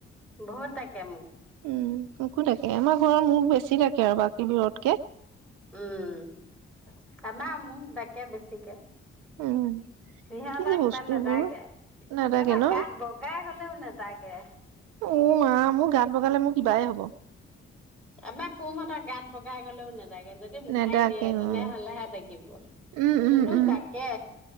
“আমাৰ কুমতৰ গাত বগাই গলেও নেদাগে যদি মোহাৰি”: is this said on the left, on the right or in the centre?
Centre